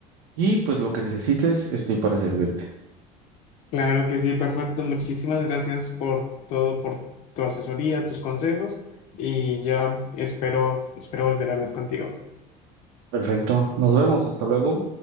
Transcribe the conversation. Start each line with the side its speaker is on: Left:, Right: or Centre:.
Right: y pues lo que necesites estoy para servirte.
Left: Claro que sí, perfecto. Muchísimas gracias por todo, por tu asesoría, tus consejos y ya espero, espero volver a hablar contigo.
Right: Perfecto, nos vemos, hasta luego.